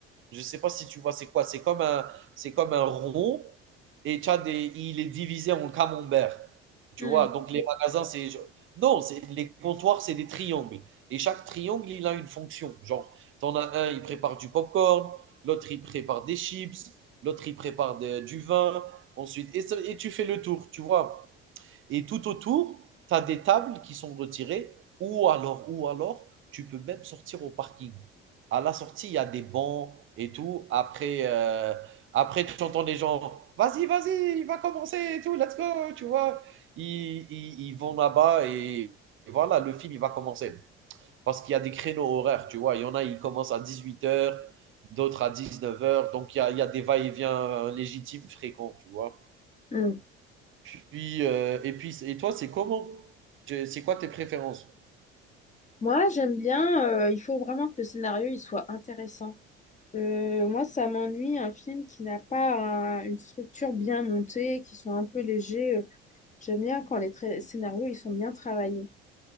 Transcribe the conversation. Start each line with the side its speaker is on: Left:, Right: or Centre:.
Right: Je ne sais pas si tu vois c'est quoi. C'est comme un, c'est comme un rond et tu as des, il est divisé en camembert. Tu
Left: Mm,
Right: vois, donc les magasins, c'est. Non, c'est- les comptoirs, c'est des triangles. Et chaque triangle, il a une fonction. Genre, t'en as un, il prépare du popcorn, l'autre, il prépare des chips, l'autre, il prépare de- du vin, ensuite. Et, ça- et tu fais le tour, tu vois. Et tout autour, tu as des tables qui sont retirées ou alors, ou alors, tu peux même sortir au parking. À la sortie, il y a des bancs et tout. Après, euh, après tu entends les gens, vas-y, vas-y, il va commencer et tout, let's go, tu vois. Ils, ils, ils vont là-bas et voilà, le film, il va commencer. Parce qu'il y a des créneaux horaires, tu vois. Il y en a, ils commencent à 18 heures, d'autres à 19 heures. Donc, il y a, il y a des va-et-vient légitimes, fréquents, tu vois.
Left: mm.
Right: Puis, heu et puis et toi, c'est comment? Tu c'est quoi tes préférences?
Left: Moi, j'aime bien, euh, il faut vraiment que le scénario il soit intéressant. Euh, moi, ça m'ennuie un film qui n'a pas un- une structure bien montée, qui sont un peu légers. Euh, J'aime bien quand les tra- scénarios ils sont bien travaillés.